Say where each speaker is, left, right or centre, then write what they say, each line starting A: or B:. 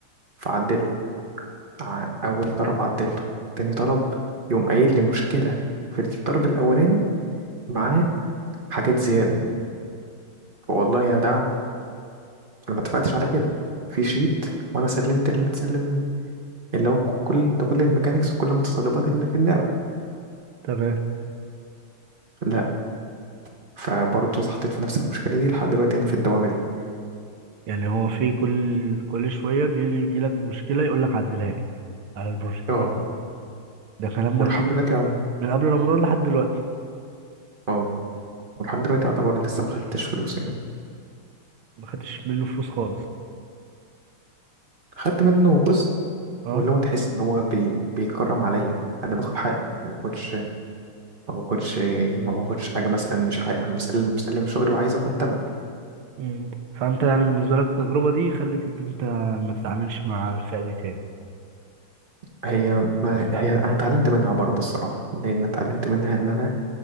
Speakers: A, on the right; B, on the right.
A: فعدله ع- أول طلب عدلته تاني طلب يقوم قايل لي مشكلة في الطلب الأولاني معاه حاجات زيادة فوالله يا دعم أنا ما اتفقتش على كده في شيت وأنا سلمت اللي متسلم اللي هو كل ده كل الميكانيكس وكل المتطلبات اللي في اللعبة
B: تمام
A: لا فبرضه اتحطيت في نفس المشكلة دي لحد دلوقتي أنا في الدوامة دي
B: يعني هو في كل كل شويه بيجي يجي لك مشكله يقول لك عدلها لي على البروجكت
A: اه
B: ده الكلام ده
A: ولحد
B: من قبل
A: دلوقتي
B: من قبل رمضان لحد دلوقتي
A: اه ولحد دلوقتي يعتبر لسه ما خدتش فلوس يعني
B: ما خدتش منه فلوس خالص
A: خدت منه جزء
B: اه
A: واللي هو تحس ان هو بي... بيتكرم عليا انا باخد حقي ما باخدش ما باخدش ما باخدش حاجه مثلا مش حقي انا مسلم مسلم شغلي وعايز اخد ثمنه
B: مم. فانت يعني بالنسبه لك التجربه دي خلت ان انت ما تتعاملش مع الفئه دي تاني
A: هي ما...
B: في المستقبل
A: هي انا
B: يعني.
A: اتعلمت منها برضه الصراحه لان اتعلمت منها ان انا